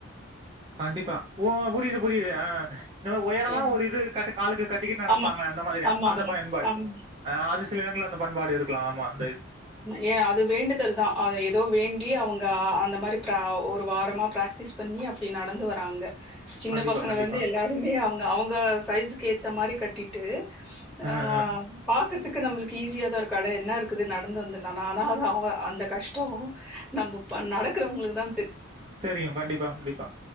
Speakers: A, on the right; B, in the centre.
A: கண்டிப்பா ஓ புரிது புரிது ஆ இந்தமாரி ஒயரமா
B: எ
A: ஒரு இது கட்டு காலுக்கு கட்டிக்கிட்டு நடப்பாங்களே
B: ஆமா,
A: அந்த மாரியா
B: ஆமா,
A: அந்த
B: ஆமா,
A: பயன்பாடு
B: ஆமா,
A: ஆ அது சில எடங்கள்ல அந்த பண்பாடு இருக்கலா ஆமாங்
B: ஏ அது வேண்டுதல்தா அ எதோ வேண்டி அவங்க அந்த மாரி ப்ரா ஒரு வாரமா பிராக் டிஸ் பண்ணி அப்படி நடந்து வராங்க சின்ன
A: கண்டிப்பா
B: பசங்கள்ல
A: கண்டிப்பா
B: இருந்து எல்லாருமே அவங்க அவங்க சைஸுக்கு ஏத்த மாதிரி கட்டிட்டு
A: ஆ
B: அ
A: ஆ
B: ஆபாக்கறதுக்கு நம்மளுக்கு ஈஸியாதா இருக்கு அட என்ன இருக்குது நட ந்து வந்தர்லான் ஆனா அந்த கஷ்ட நம்ப ப நடக்கறவங்களுக்குதா
A: தெரியு கண்டிப்பா கண்டிப்பா